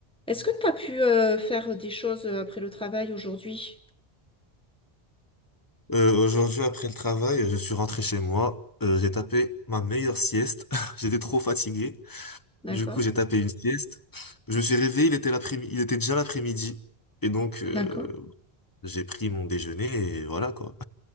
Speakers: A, in the centre; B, on the left.
A: Est-ce que tu as pu euh, faire des choses euh, après le travail aujourd'hui?
B: Euh, aujourd'hui, après le travail, je suis rentré chez moi. Euh, j'ai tapé ma meilleure sieste. <laughs> J'étais trop fatigué.
A: D'accord?
B: Du coup, j'ai tapé une sieste. Je me suis réveillé, il était l'après-midi, il était déjà l'après-midi. Et donc, euh,
A: D'accord?
B: j'ai pris mon déjeuner et voilà quoi.